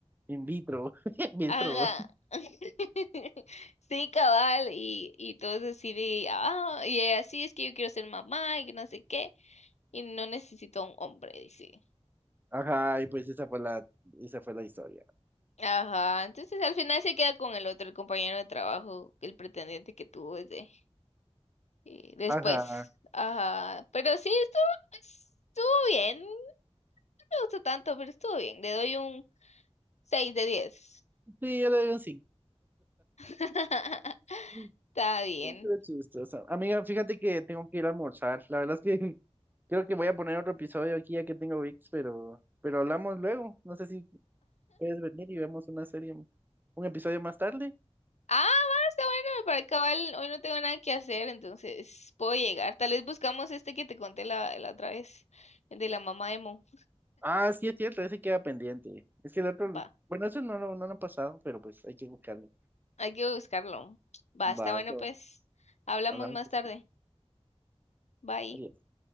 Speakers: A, on the right; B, on the left.
A: in vitro. <laughs> In vitro.
B: Haga. <laughs> Sí, cabal. Y, y todos así de, ah, y ella, sí, es que yo quiero ser mamá y que no sé qué. Y no necesito a un hombre, dice.
A: Ajá, y pues esa fue la, esa fue la historia.
B: Ajá. Entonces al final se queda con el otro, el compañero de trabajo, el pretendiente que tuvo desde eh, después.
A: Ajá.
B: Ajá. Pero sí, estuvo, estuvo bien. No me gustó tanto, pero estuvo bien. Le doy un seis de diez
A: Sí, yo le doy un 5.
B: <laughs>
A: <laughs>
B: Está bien.
A: Estuvo chistosa. Amiga, fíjate que tengo que ir a almorzar. La verdad es que <laughs> creo que voy a poner otro episodio aquí ya que tengo VIX, pero, pero hablamos luego. No sé si puedes venir y vemos una serie, un episodio más tarde.
B: Ah, va, está bueno, para acabar, hoy no tengo nada que hacer, entonces puedo llegar. Tal vez buscamos este que te conté la, la otra vez, el de la mamá de Mo.
A: Ah, sí, es cierto, ese queda pendiente. Es que el otro,
B: Va,
A: bueno, eso no, lo- no, lo han pasado, pero pues hay que buscarlo.
B: hay que buscarlo. Va,
A: Va,
B: está bueno,
A: está bueno.
B: pues. Hablamos
A: Hablamos
B: más
A: esa
B: tarde.
A: noche.
B: Bye.
A: Adiós.